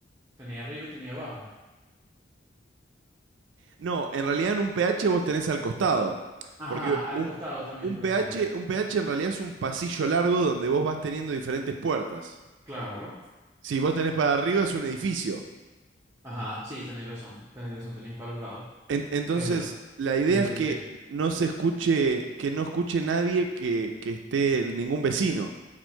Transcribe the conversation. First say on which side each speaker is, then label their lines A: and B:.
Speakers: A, on the right; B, on the right.
A: Tenía arriba y tenía abajo.
B: No, en realidad en un pH vos tenés al costado.
A: Ajá,
B: Porque
A: al
B: un,
A: costado también,
B: un
A: por
B: pH,
A: ejemplo.
B: un pH en realidad es un pasillo largo donde vos vas teniendo diferentes puertas.
A: Claro.
B: Si vos tenés para arriba es un edificio.
A: Ajá, sí, tenéis razón. Tenéis razón, tenéis para los lados.
B: En- entonces,
A: Es verdad.
B: la idea
A: Me desubiqué.
B: es que no se escuche, que no escuche nadie que, que esté el- ningún vecino.